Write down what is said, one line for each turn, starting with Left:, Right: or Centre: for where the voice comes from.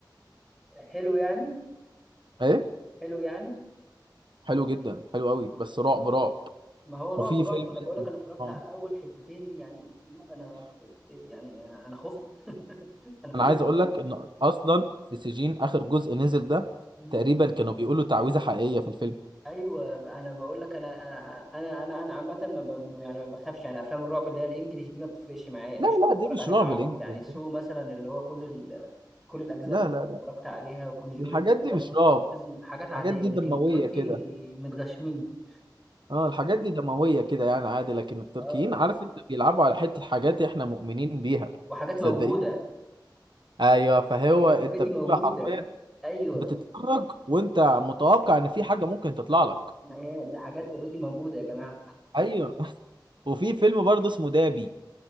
Centre: حلو يعني
Right: ايه
Centre: حلو يعني
Right: حلو جدا حلو قوي بس رعب رعب
Centre: ما هو رعب
Right: وفي
Centre: رعب
Right: فيلم
Centre: ما أنا بقول لك أنا اتفرجت
Right: اه
Centre: على أول حتتين يعني لا، أنا يعني أنا خفت <laughs> أنا
Right: انا
Centre: خفت
Right: عايز اقول
Centre: <laughs>
Right: لك ان اصلا في سجين اخر جزء نزل ده
Centre: مم.
Right: تقريبا كانوا بيقولوا تعويذة حقيقية في الفيلم
Centre: ايوه انا بقول لك انا انا انا انا أنا عامه ما ب... يعني ما بخافش يعني افلام الرعب اللي هي الانجليش دي ما بتفرقش معايا
Right: لا
Centre: ايش
Right: لا
Centre: بتفرج
Right: دي مش
Centre: عليها
Right: رعب
Centre: عبط
Right: الانجليزي
Centre: يعني سو
Right: ده
Centre: مثلا اللي هو كل ال... كل الاجزاء
Right: لا
Centre: بت-
Right: لا لا
Centre: اتفرجت عليها وكونجورينج
Right: الحاجات دي
Centre: اصلا
Right: مش رعب
Centre: حاجات
Right: الحاجات
Centre: عاديه
Right: دي
Centre: لكن
Right: دموية
Centre: التركي
Right: كده
Centre: متغشمين
Right: اه الحاجات دي دموية كده يعني عادي لكن التركيين
Centre: اه
Right: عارف انت بيلعبوا على حتة حاجات احنا مؤمنين بيها
Centre: وحاجات
Right: صدقين
Centre: موجوده
Right: ايوه فهو
Centre: حاجات
Right: انت
Centre: اوريدي
Right: بتبقى
Centre: موجوده
Right: حرفيا
Centre: ايوه
Right: بتتفرج وانت متوقع ان في حاجة ممكن تطلع لك
Centre: ما هي ده حاجات اوريدي موجوده يا جماعه
Right: ايوه <laughs> وفي فيلم برضه اسمه دابي